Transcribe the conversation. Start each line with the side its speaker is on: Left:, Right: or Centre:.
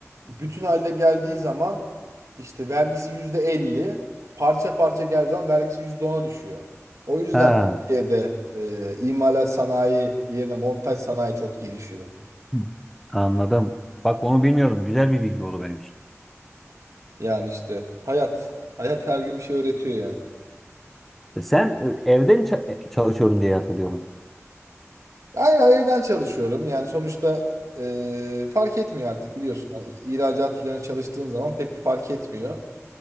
Right: bütün halde geldiği zaman işte vergisi yüzde elli parça parça geldiği zaman vergisi yüzde ona düşüyor. O yüzden
Centre: Ha,
Right: Türkiye'de e, imalat sanayi yerine montaj sanayi çok gelişiyor.
Centre: Hı. anladım. Bak onu bilmiyorum. Güzel bir bilgi oldu benim için.
Right: Yani işte hayat. Hayat her gün bir şey öğretiyor yani.
Centre: E Sen e, evden ça- çalışıyorum diye hatırlıyorum.
Right: Aynen evden çalışıyorum. Yani sonuçta e, fark etmiyor artık biliyorsun. Yani ihracat üzerine çalıştığın zaman pek bir fark etmiyor.